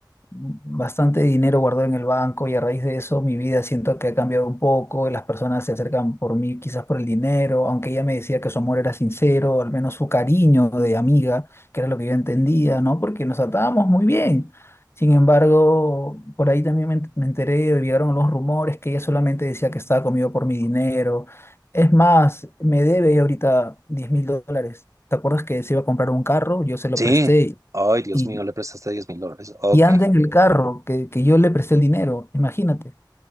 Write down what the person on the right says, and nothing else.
Sí.
Ay, Dios
mío, le prestaste diez mil dólares. Ok.